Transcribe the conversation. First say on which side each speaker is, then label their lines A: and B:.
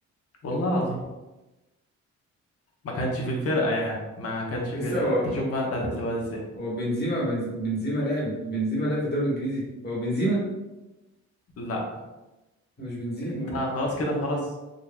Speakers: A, on the left; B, on the left.
A: والله العظيم ما كانش في الفرقة يعني ما كانش
B: لسه
A: في
B: هو
A: انت شوف بقى انت هتحسبها
B: هو ب-
A: ازاي
B: هو بنزيما بنز- بنزيما لاعب بنزيما لاعب في الدوري الانجليزي هو بنزيما
A: لا
B: مش بنزيما
A: انت خلاص كده خلاص